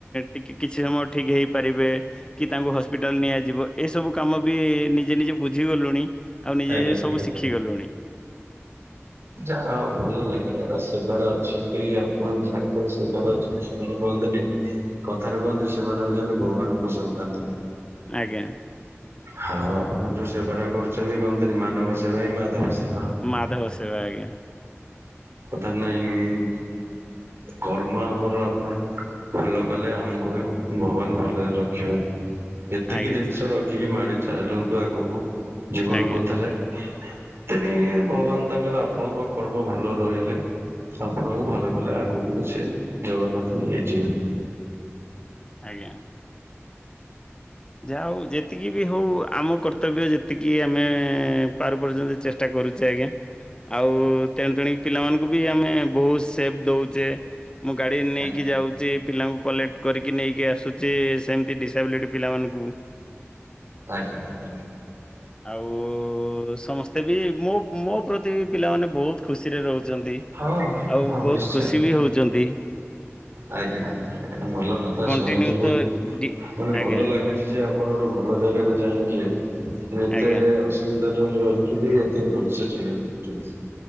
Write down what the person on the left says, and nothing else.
ଟିକେ କିଛି ସମୟ ଠିକ ହେଇପାରିବେ। କି ତାଙ୍କୁ ହସ୍ପିଟାଲ୍ ନିଆଯିବ, ଏ ସବୁ କାମ ବି ନିଜେ ନିଜେ ବୁଝି ଗଲୁଣି। ଆଉ
ନିଜେ
ସବୁ ଶିଖି ଗଲୁଣି।
ଆଜ୍ଞା।
ମାଧବ ସେବା ଆଜ୍ଞା।
ଆଜ୍ଞା
ସାର୍।
ଆଜ୍ଞା
ଆଜ୍ଞା। ଯା ହଉ ଯେତିକି ବି ହଉ ଆମ କର୍ତ୍ତବ୍ୟ ଯେତିକି ଆମେ ପାରୁ ପର୍ଯ୍ୟନ୍ତ ଚେଷ୍ଟା କରୁଚେ ଆଜ୍ଞା। ଆଉ ତେଣୁ ତେଣିକି ପିଲାମାନଙ୍କୁ ବି ଆମେ ବହୁତ ସେଫ୍ ଦଉଚେ। ମୁଁ ଗାଡି ନେଇକି
ଯାଉଚି ପିଲାଙ୍କୁ କଲେକ୍ଟ କରିକି ନେଇକି ଆସୁଚି ସେମତି ଡିସାବିଲିଟି ପିଲାମାନଙ୍କୁ ମୁଁ
ଆଉ ସମସ୍ତେ ବି ମୋ ମୋ ପ୍ରତି ବି ପିଲାମାନେ ବହୁତ ଖୁସିରେ ରହୁଛନ୍ତି।
ଆଉ
ବହୁତ
ଖୁସି ବି ହଉଚନ୍ତି।
କଣ୍ଟିନ୍ୟୁ
ତ ଡି
ଆଜ୍ଞା
ଆଜ୍ଞା